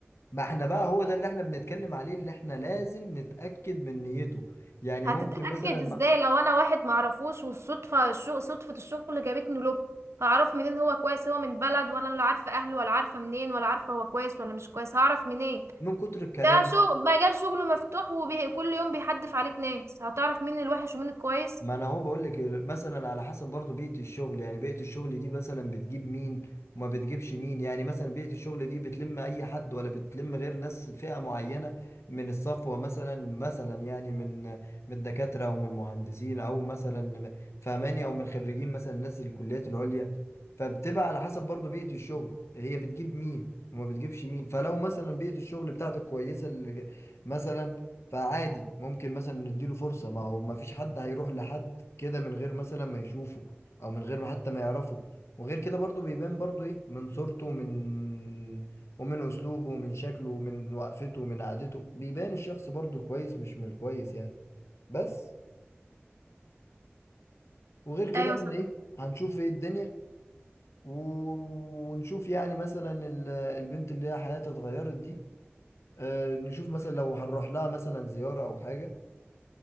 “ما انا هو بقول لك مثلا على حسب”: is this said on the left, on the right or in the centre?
Left